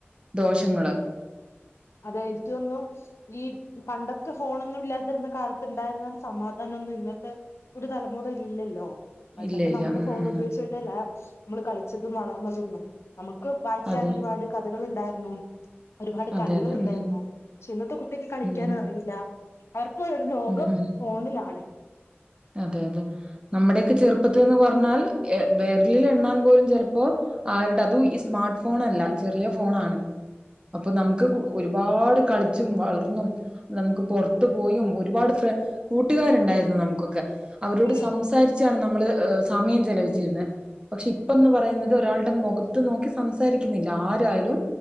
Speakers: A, on the right; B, on the left.
A: ദോഷങ്ങള്.
B: അതെ ഇൻക്കൊന്നും ഈ പണ്ടൊക്കെ ഫോണൊന്നും ഇല്ലാതിരുന്ന കാലത്ത്ണ്ടായിരുന്ന സമാധാനൊന്നും ഇന്നത്തെ ഒരു തലമുറേൽ ഇല്ലല്ലോ പണ്ടൊക്കെ
A: ഇല്ല ഇല്ല
B: നമ്മള്
A: ഉം
B: ഫോൺ
A: ഉം
B: ഉപയോഗിച്ചിട്ടല്ല
A: അതെ
B: നമ്മള് കളിച്ചതും വളർന്നതൊന്നും. അമുക്ക് വായിക്കാൻ
A: അതെ
B: ഒരുപാട് കഥകള്ണ്ടാർന്നു
A: അതെ
B: കളികള്ണ്ടായിരുന്നു
A: അതെ. ഉം
B: ക്ഷെ ഇന്നത്തെ കുട്ട്യേക്ക് കളിക്കാൻ
A: ഉം
B: അറിയില്ല വർ <unintelligible> ഒരു ലോകം
A: ഉം ഉം
B: ഫോണിലാണ്
A: അതെ അതെ നമ്മുടെയൊക്കെ ചെറുപ്പത്തിന്ന് പറ്ഞ്ഞാൽ വെര്ലിൽ എണ്ണാൻ പോലും ചെലപ്പോ ആരുടെ അതും ഈ സ്മാർട്ട് ഫോൺ അല്ല ഈ ചെറിയ ഫോണാണ് അപ്പൊ നമുക്ക് കു ഒരുപാട്
B: അതെ
A: കളിച്ചും വളർന്നും നമുക്ക് പുറത്തു പോയും ഒരുപാട് ഫ്ര കൂട്ടുകാരുണ്ടായിരുന്നു നമുക്ക് ഒ ക്കെ അവരോട്
B: അതെ
A: സംസാരിച്ചാണ്
B: അതെ
A: നമ്മള് എ സമയം ചെലവി റ്റിയിരുന്നെ പക്ഷെ ഇപ്പന്ന് പറയുന്നത് ഒരാളുടെ മൊഖത്ത് നോക്കി സംസാരിക്കുന്നില്ല ആരായാലും